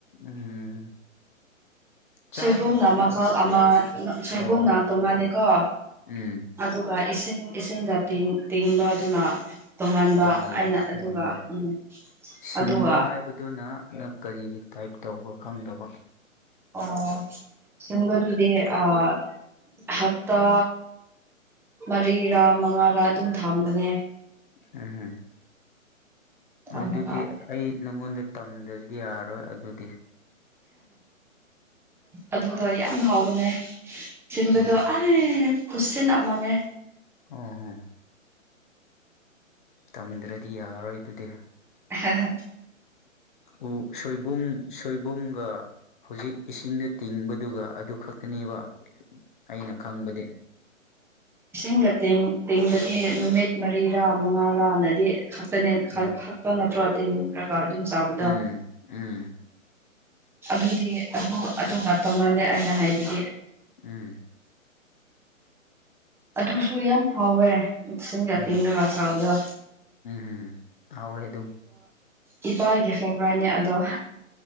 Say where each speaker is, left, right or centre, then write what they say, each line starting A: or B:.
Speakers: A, on the left; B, in the centre.
A: ꯎꯝ
B: <unintelligible>
A: ꯆꯥꯏꯌꯦ
B: ꯁꯣꯏꯕꯨꯝꯅ
A: ꯑꯗꯨ
B: ꯃꯈꯜ ꯑꯃ
A: ꯑꯣ
B: ꯁꯣꯏꯕꯨꯝꯅ
A: ꯑꯣ
B: ꯇꯣꯡꯉꯥꯂꯦꯀꯣ
A: ꯎꯝ
B: ꯑꯗꯨꯒ ꯏꯁꯤꯡ ꯏꯁꯤꯡꯗ ꯇꯤꯡꯕ ꯑꯗꯨꯅ ꯇꯣꯉꯥꯟꯕ
A: ꯇꯣꯡꯉꯥꯜꯂꯦ
B: ꯑꯩꯅ ꯑꯗꯨꯒ
A: ꯇꯣꯉꯥꯟꯕ
B: ꯎꯝ
A: ꯁꯤꯟꯕ
B: ꯑꯗꯨꯒ
A: ꯍꯥꯏꯕꯗꯨꯅ ꯅ ꯀꯔꯤꯒꯤ ꯇꯥꯏꯞ ꯇꯧꯕ ꯈꯪꯗꯕ
B: ꯑꯣ ꯁꯤꯟꯕꯗꯨꯗꯤ ꯑꯥ ꯍꯞꯇꯥ ꯃꯔꯤꯔꯥ ꯃꯉꯥꯔꯥ ꯑꯗꯨꯝ ꯊꯝꯕꯅꯦ
A: ꯎꯝ ꯍꯝ
B: ꯊꯝꯃꯒ
A: ꯑꯗꯨꯗꯤ ꯑꯩ ꯅꯪꯉꯣꯟꯗ ꯇꯝꯗ꯭ꯔꯗꯤ ꯌꯥꯔꯣꯏ ꯑꯗꯨꯗꯤ
B: ꯑꯗꯨꯗꯣ ꯌꯥꯝ ꯍꯥꯎꯕꯅꯦ ꯁꯤꯟꯕꯗꯣ
A: ꯎꯝ
B: ꯑꯁ ꯍ ꯈꯨꯁꯤꯟ ꯑꯃꯥꯅꯦ
A: ꯑꯣꯍꯣ ꯇꯝꯗ꯭ꯔꯗꯤ ꯌꯥꯔꯣꯏ ꯑꯗꯨꯗꯤ
B: ꯍ <unintelligible>
A: ꯎꯝ ꯁꯣꯏꯕꯨꯝ ꯁꯣꯏꯕꯨꯝꯒ ꯍꯧꯖꯤꯛ ꯏꯁꯤꯡꯗ ꯇꯤꯡꯕꯗꯨꯒ ꯑꯗꯨ ꯈꯛ ꯑꯅꯦꯕ ꯑꯩꯅ ꯈꯪꯕꯗꯤ
B: ꯏꯁꯤꯡꯗ ꯇꯦꯡ ꯇꯤꯡꯕꯗꯤ ꯅꯨꯃꯤꯠ ꯃꯔꯤꯔꯥ ꯃꯉꯥꯔꯥꯅꯗꯤ ꯈꯛꯇꯅꯦ ꯆꯪ
A: ꯎꯝ
B: ꯅꯠꯇ꯭ꯔꯣ ꯇꯤꯟꯔꯒ ꯑꯗꯨꯝ ꯆꯥꯕꯗ
A: ꯎꯝ ꯎꯝ
B: ꯑꯗꯨꯗꯤ ꯑꯗꯨ ꯑꯗꯨꯒ ꯇꯣꯡꯉꯥꯜꯂꯦ ꯑꯩꯅ ꯍꯥꯏꯕꯗꯤ
A: ꯎꯝ
B: ꯑꯗꯨꯁꯨ ꯌꯥꯝ ꯍꯥꯎꯋꯦ ꯏꯁꯤꯡꯗ
A: ꯎꯝ
B: ꯇꯤꯡꯔꯒ ꯆꯥꯕꯗꯣ
A: ꯎꯝ ꯍꯥꯎꯏ ꯑꯗꯨꯝ
B: ꯏ ꯏꯄꯥꯒꯤ ꯐꯦꯕ꯭ꯔꯥꯏꯠꯅꯦ ꯑꯗꯣ